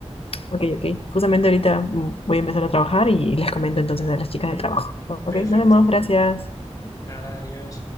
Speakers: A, on the left; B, on the left.
A: ok, ok. Justamente ahorita mm, voy a empezar a trabajar y les comento entonces a las chicas del trabajo. Ok,
B: Perfecto.
A: nos vemos, gracias.
B: Nada, adiós.